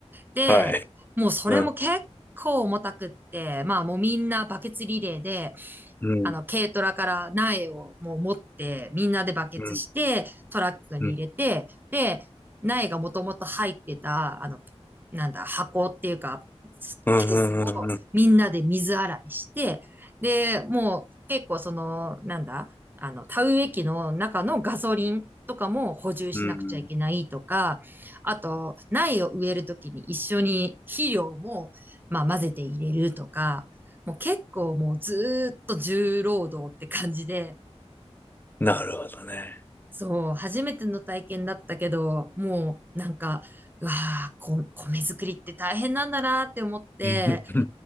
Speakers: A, on the right; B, on the left.
A: で、
B: はい。
A: もうそれも結構重たくって、
B: うん。
A: まあもうみんなバケツリレーで、
B: うん。
A: あの、軽トラから苗をもう持って、みんなでバケツして、
B: うん。
A: トラックに入れて、
B: うん。
A: で、苗がもともと入ってた、あの、なんだ、箱っていうか、
B: うん。
A: ケースをみんなで水洗いして、
B: うん。
A: で、もう結構その、なんだ、あの、田植え機の中のガソリンとかも補充しなくちゃいけないとか、
B: うん
A: あと、苗を植えるときに一緒に肥料も、まあ、混ぜて入れるとか、もう結構もうずーっと重労働って感じで、
B: なるほどね。
A: そう、初めての体験だったけど、もうなんか、うわあ、こ米作りって大変なんだなって思って、
B: うん。